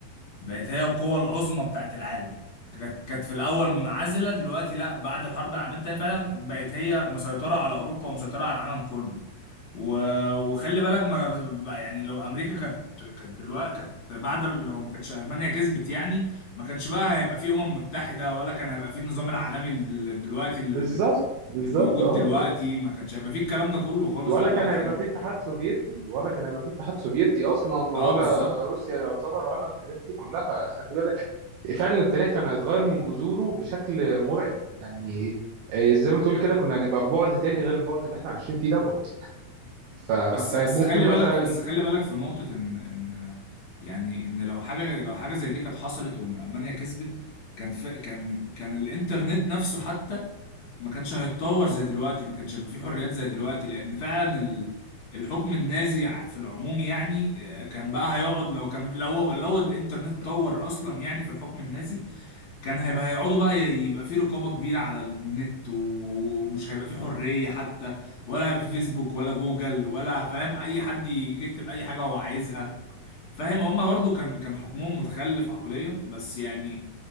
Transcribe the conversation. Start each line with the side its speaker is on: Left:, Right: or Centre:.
Left: بقت هي القوه العظمى بتاعت العالم كانت كانت في الاول منعزله دلوقتي لا بعد الحرب العالميه التانيه فعلا بقت هي مسيطره على اوروبا ومسيطره على العالم كله و... وخلي بالك ما بقى يعني لو امريكا كانت كانت دلوقتي كانت بعد ال- لو ما كانتش المانيا كسبت يعني ما كانش بقى هيبقى في امم متحده ولا كان هيبقى في النظام العالمي ال- دلوقتي ال-
Right: بالظبط بالظبط
Left: الموجود
Right: اه
Left: دلوقتي ما كانش هيبقى في الكلام ده كله خالص
Right: ولا
Left: دلوقتي
Right: كان هيبقى
Left: يعني
Right: في اتحاد سوفيتي ولا كان هيبقى في اتحاد سوفيتي اصلا
Left: اه
Right: ولا
Left: بالظبط
Right: روسيا يعتبر ولا الحاجات دي كلها خلي بالك فعلا التاريخ كان هيتغير من جذوره بشكل مرعب يعني إيه، زي ما تقول كده كنا هنبقى ببعد تاني غير البعد اللي احنا عايشين فيه دوت ف- فممكن
Left: بس بس خلي
Right: مثلا
Left: بالك بس خلي بالك في نقطه ان ان يعني ان لو حاجه لو حاجه زي دي كانت حصلت وان المانيا كسبت كان ف... كان كان الانترنت نفسه حتى ما كانش هيتطور زي دلوقتي ما كانش هيبقى فيه حريات زي دلوقتي لان فعلا ال... الحكم النازي ع- في العموم يعني آه، كان بقى هيقعد لو كان لو لو الانترنت اتطور اصلا يعني في الحكم النازي كان هيبقى هيقعدوا بقى ي- يبقى فيه رقابة كبيرة على النت و- ومش هيبقى فيه حرية حتى ولا هيبقى فيه فيسبوك ولا جوجل ولا فاهم اي حد يجي يكتب اي حاجة هو عايزها فاهم هما برضو كان كان حكمهم متخلف عقليا بس يعني